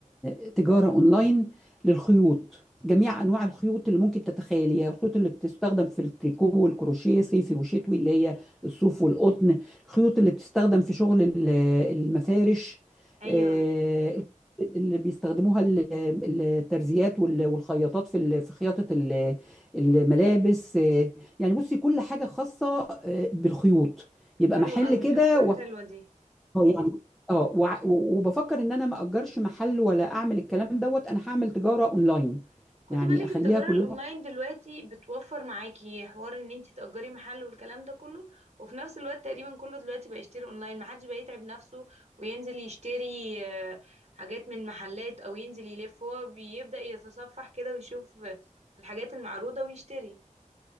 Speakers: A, in the centre; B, on the right.
A: آه، تجارة أونلاين للخيوط جميع أنواع الخيوط اللي ممكن تتخيليها الخيوط اللي بتستخدم في التريكو والكروشيه صيفي وشتوي اللي هي الصوف والقطن الخيوط اللي بتستخدم في شغل ال- المفارش
B: ايوه
A: آه، اللي بيستخدموها ال- الترزيات وال- والخياطات في ال- في خياطة ال- الملابس آه، يعني بصي كل حاجة خاصة آه، بالخيوط يبقى
B: حلو
A: محل
B: قوي
A: كده
B: افكار حلوة دي
A: اه يعني اه وع- و- وبفكر ان انا ما اجرش محل ولا اعمل الكلام دوت انا هعمل تجاره اونلاين
B: خدي
A: يعني
B: بالك
A: اخليها
B: التجارة
A: كلها
B: الأونلاين دلوقتي بتوفر معاكي حوار إن انتي تأجري محل والكلام ده كله وفي نفس الوقت تقريبا كله دلوقتي بقى يشتري أونلاين محدش بقى يتعب نفسه وينزل يشتري آه، حاجات من محلات أو ينزل يلف هو بيبدأ يتصفح كده ويشوف آه، الحاجات المعروضة ويشتري